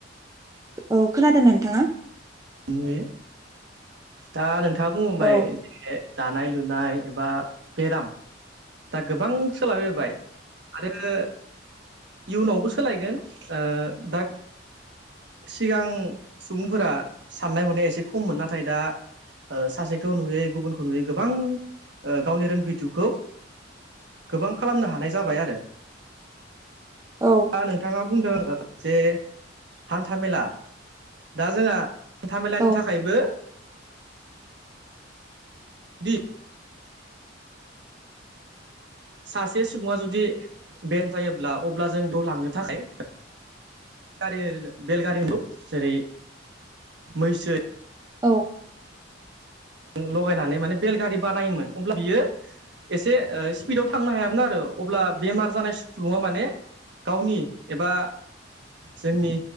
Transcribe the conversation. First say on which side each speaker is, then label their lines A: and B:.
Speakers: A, on the right; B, on the right.
A: औ खोनादों नोंथाङा?
B: नुयो दा नोंथाङा बुंबाय
A: औ
B: दानाय लुनाय एबा पेराम दा गोबां सोलाबोबाय आरो इयुनावबो सोलायगोन दा सिगां सुबुंफोरा साननाय हनाया एसे खममोन नाथाय दा सासेखौ नुयै गुबुनखौ नुयै गोबां गावनि रोंगौथिौखौ गोबां खालामनो हानाय जाबाय आरो
A: औ
B: नोंथाङा बुंदों जे हान्था मेला दा जोंहा हान्थाामेलानि
A: औ
B: थाखायबो जुदि सासे सुबुङा जुदि बेम जायोब्ला अब्ला जों बेयाव लांनो थाखाय गारि बेलगारि होनबाव जेरै मैसो
A: औ
B: लगायनानै माने बेलगारि बानायोमोन अब्ला बियो एसे स्पिडाव थांनो हायामोन आरो अब्ला बेमार जानाय सुबुङा माने गावनि एबा जोंनि